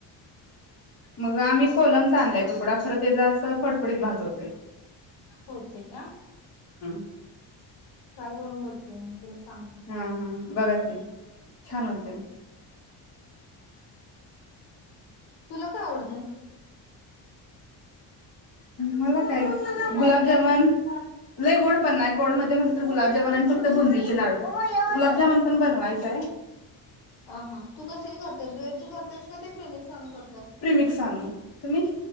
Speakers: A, on the left; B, on the left.
A: मग आम्ही कोलम चा आणलाय तुकडा खरं त्याचा अस फडफडीत भात होतेय.
B: होते का?
A: हो
B: ्ट्राय करून बघते मी सांगते
A: हा हा ह. बघा की छान होते. <inaudible>
B: तुला काय आवडते
A: मला काय गुलाबजामन लय गोड पण नाही. गोड मध्ये म्हटलं तर गुलाबजामन आणि फक्त बुंदीचे लाडू. गुलाबजामुन पण बनवायच हाय.
B: हा हा तू कशाची करतेस? ब्रेड चे करतेस का ते प्रे सांगर.
A: प्रिमिक्स आणून. तुमी?